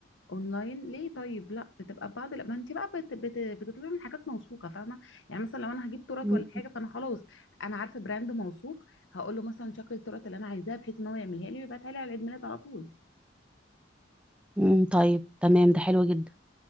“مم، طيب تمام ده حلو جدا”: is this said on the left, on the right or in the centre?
Centre